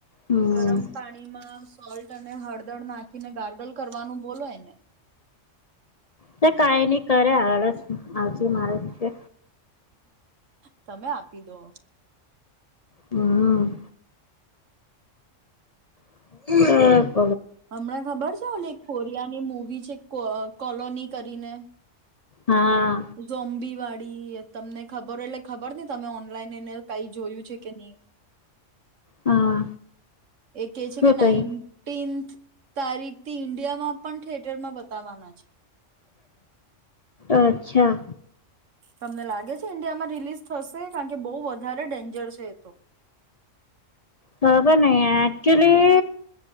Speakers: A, on the left; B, on the right.
A: હમ
B: ગરમ પાણીમાં સોલ ટને હળદર નાખીને ગાર્ડલ કરવાનું બોલો એને.
A: તેં કંઈ ની કરે આળસ આળસું માણસ છે.
B: તમે આપી દો.
A: હમ. <unintelligible>
B: અમણે ખબર છે આલે કોરિયા ની મુવી છે. કો કોલોની કરીને.
A: હા
B: જોમ્બીવાડ ડી તમને ખબર એટલે ખબર નહ તમે ઓનલાઈન એને કઈ જોયું છે કે નહી.
A: હા.
B: એ કે છે
A: શું
B: કે નાઇટીન્થ
A: થયું
B: તારીખથી ઇન્ડિયામાં પણ થિયટરમાં બતાવવાના છે.
A: અચ્છા.
B: તમને લાગે છે ઇન્ડિયામાં રિલીઝ થશે કારણ કે બહુ વધારે ડેન્જર છે એ તો.
A: ખબર નઈ એકચુલી